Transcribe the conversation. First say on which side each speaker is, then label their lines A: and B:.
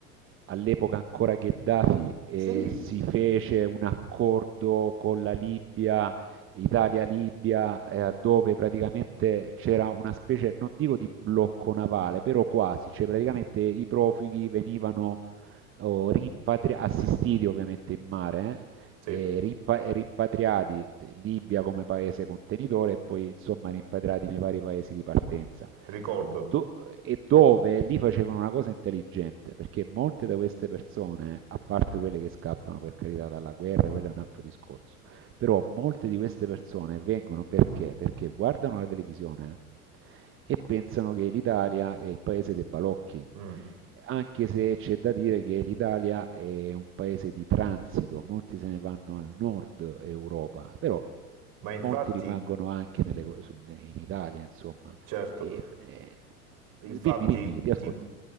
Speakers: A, on the right (about 30°); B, on the right (about 45°).
A: all'epoca ancora Gheddafi e
B: Sì,
A: si fece un accordo con la Libia, Italia-Libia, eh, dove praticamente c'era una specie, non dico di blocco navale, però quasi, cioè praticamente i profughi venivano o rimpatri- assistiti ovviamente in mare
B: sì,
A: eh, e rimpa- e rimpatriati eh, Libia come paese contenitore e poi insomma rimpatriati nei vari paesi di partenza.
B: ricordo.
A: Do- e dove lì facevano una cosa intelligente, perché molte di queste persone, a parte quelle che scappano per carità dalla guerra, quello è un altro discorso, però molte di queste persone vengono perché? Perché guardano la televisione e pensano che l'Italia è il paese dei balocchi
B: Mm.
A: anche se c'è da dire che l'Italia è un paese di transito, molti se ne vanno al nord Europa, però
B: Ma infatti,
A: molti rimangono anche nelle- sulle- in Italia, insomma.
B: certo.
A: E- e-
B: Infatti,
A: dimmi, dimmi, ti ascolto.
B: ti,